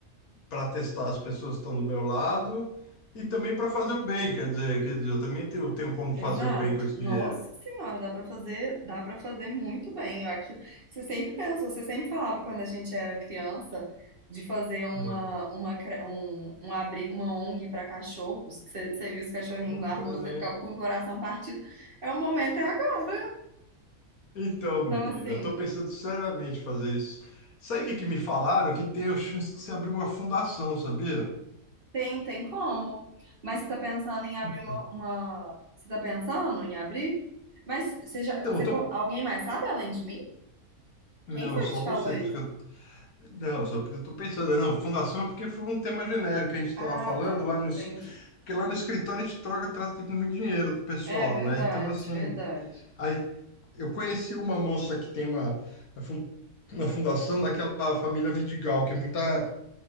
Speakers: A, on the left (about 70°); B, on the right (about 35°).
A: para testar as pessoas que estão do meu lado e também para fazer o bem. Quer dizer, quer dizer, eu também tenho, tenho como
B: Exato.
A: fazer o bem com esse
B: Nossa
A: dinheiro.
B: senhora, dá para fazer, dá para fazer muito bem. Eu Aqui, você sempre pensou, você sempre falava quando a gente era criança de fazer uma
A: É.
B: uma cre- um, um abrigo, uma ONG para cachorros. que Você, você viu os cachorrinhos
A: Por
B: na
A: por
B: rua,
A: exemplo.
B: você ficava com o coração partido. É o momento é agora.
A: Então,
B: Então
A: menina,
B: assim,
A: eu tô pensando seriamente em fazer isso. Sabe o que que me falaram? Que tem a chance de se abrir uma fundação, sabia?
B: tem tem como. Mas você tá pensando em abrir
A: Então,
B: uma, uma você tá pensando em abrir? Mas você já,
A: então,
B: você,
A: eu tô.
B: co- alguém mais sabe além de mim?
A: Não,
B: Quem foi
A: só
B: que te falou
A: você,
B: isso?
A: porque eu. Não, só porque eu tô pensando. Não, fundação é porque foi um tema genérico que a gente estava
B: Ah,
A: falando
B: tá.
A: lá no. es-
B: Entendi.
A: Porque lá no escritório a gente troca, trata com muito dinheiro do pessoal,
B: É verdade,
A: né? Então, assim.
B: verdade.
A: Aí eu conheci uma moça que tem uma. a fun- Uma fundação daquela família Vidigal, que é muita.